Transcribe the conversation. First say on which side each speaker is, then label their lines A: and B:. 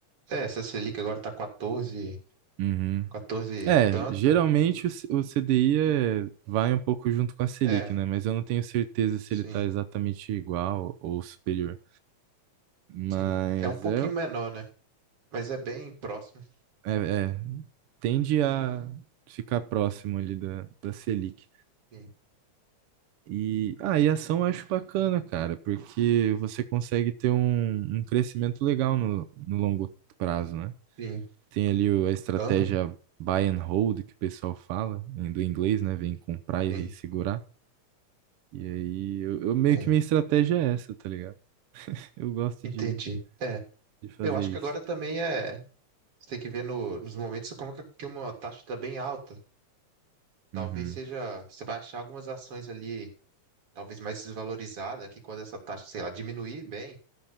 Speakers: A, on the right; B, on the right.
A: É, essa Selic agora tá 14,
B: Uhum.
A: 14 e
B: É,
A: tanto.
B: geralmente o, C- o CDI é- vai um pouco junto com a Selic,
A: É,
B: né? Mas eu não tenho certeza se
A: sim,
B: ele está exatamente igual ou superior. Mas
A: sim. É um pouquinho
B: é,
A: menor, né? Mas é bem próximo.
B: é, é, tende a ficar próximo ali da, da Selic.
A: Sim,
B: E, ah, e ação eu acho bacana, cara, porque você consegue ter um, um crescimento legal no, no longo prazo, né?
A: sim.
B: Tem ali o- a estratégia
A: Aham,
B: buy and hold, que o pessoal fala, em- do inglês, né? Vem comprar e
A: sim.
B: segurar. E aí, eu, eu meio
A: É,
B: que minha estratégia é essa, tá ligado? Eu gosto
A: entendi.
B: de,
A: É,
B: de fazer
A: eu acho
B: isso.
A: que agora também é. Você tem que ver no- nos momentos como que, que uma taxa está bem alta. Talvez
B: Uhum.
A: seja. Você vai achar algumas ações ali, talvez mais desvalorizadas que quando essa taxa, sei lá, diminuir bem,